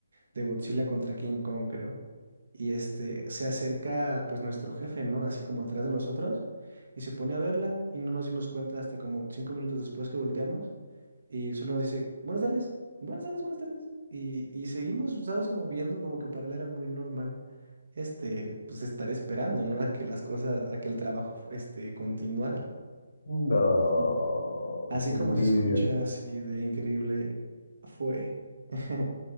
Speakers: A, on the right; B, on the left.
A: de Godzilla contra King Kong, creo. Y este se acerca pues nuestro jefe, ¿no? Así como atrás de nosotros y se pone a verla y no nos dimos cuenta hasta como cinco minutos después que volteamos y solo nos dice, buenas tardes, buenas tardes, buenas tardes. Y, y seguimos, ¿sabes? Como viendo como que para él era muy normal, este, pues estar esperando, ¿no? A que las cosas, a que el trabajo, fu- este, continuara.
B: No,
A: Sí. Así
B: qué
A: como
B: envidia,
A: se escucha así de increíble fue. <laughs>